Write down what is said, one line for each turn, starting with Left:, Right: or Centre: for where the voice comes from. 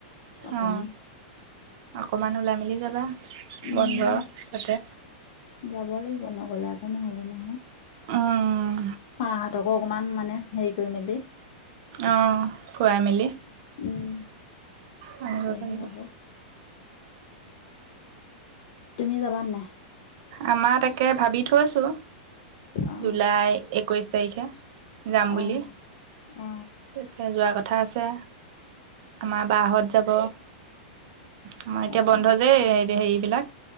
Left: অকমান
Right: অ অকমান ওলাই মেলি যাবা
Left: উম
Right: বন্ধ তাতে।
Left: যাব লাগিব নগলে আকৌ নহ'ব নহয়
Right: উম,
Left: মাহতকো অকমান মানে হেৰি কৈ মেলি
Right: অঁ খুৱাই মেলি
Left: উম
Right: অনুনগাবা
Left: তেতিয়াহে
Right: <unintelligible>
Left: হ'ব তুমি যাবা নাই
Right: আমাৰ তাকে ভাবি থৈছোঁ
Left: অ
Right: জুলাই একৈশ তাৰিখে যাম
Left: অ
Right: বুলি
Left: অ
Right: তে যোৱাৰ কথা আছে। আমাৰ বাঁহত যাব আমাৰ এতিয়া
Left: অকমান
Right: বন্ধ যে হেৰিবিলাক